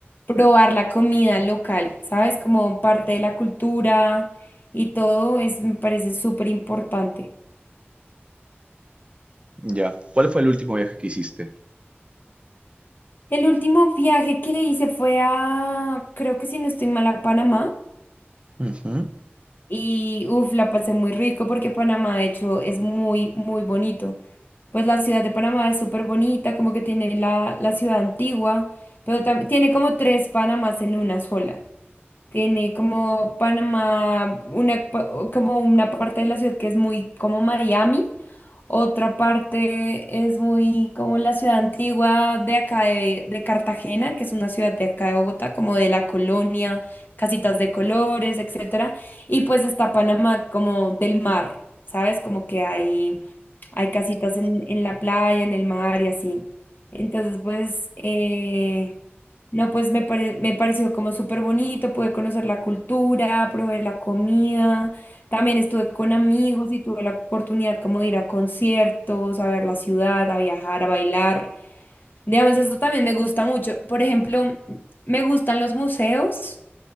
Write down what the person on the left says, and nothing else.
probar la comida local, ¿sabes? Como parte de la cultura y todo, es, me parece súper importante.
El último viaje que hice fue a, creo que si no estoy mal, a Panamá.
Y uff, la pasé muy rico porque Panamá, de hecho, es muy, muy bonito. Pues la ciudad de Panamá es súper bonita, como que tiene la, la ciudad antigua, pero tam- tiene como tres Panamás en una sola. Tiene como Panamá, una, pa- o como una parte de la ciudad que es muy como Miami, otra parte es muy como la ciudad antigua de acá de, de Cartagena, que es una ciudad de acá de Bogotá, como de la colonia, casitas de colores, etcétera. Y pues está Panamá como del mar, ¿sabes? Como que hay, hay casitas en, en la playa, en el mar y así. Entonces, pues... eh, no, pues me, pare- me pareció como súper bonito, pude conocer la cultura, probé la comida, también estuve con amigos y tuve la oportunidad como de ir a conciertos, a ver la ciudad, a viajar, a bailar. Digamos, eso también me gusta mucho. Por ejemplo, me gustan los museos,